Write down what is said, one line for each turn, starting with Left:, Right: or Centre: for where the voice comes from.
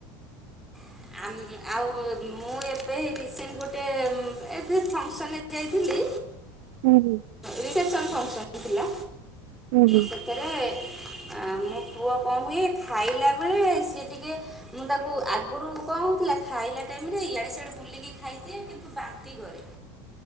Centre: କହିବେ ଆଉ ମୁଁ ଏବେ ରିସେଣ୍ଟ ଗୋଟେ ଏବେ ଫଙ୍କସନରେ ଯାଇଥିଲି।
Right: ହୁଁ ହୁଁ
Centre: ଇଟେନସନ ଫଂକ୍ସନ। ଥିଲା।
Right: ହୁଁ ହୁଁ
Centre: ସେଥିରେ ଆ ମୋ ପୁଅ କଣ ହୁଏ ଖାଇଲା ବେଳେ ସିଏ ଟିକେ ମୁଁ ତାକୁ ଆ ଆଗରୁ କଣହୋଉଥିଲା ଖାଇଲା ଟାଇମରେ ଇଆଡେ ସିଆଡେ ବୁଲିକି ଖାଇଦିଏ କିନ୍ତୁ ବାନ୍ତି କରେ।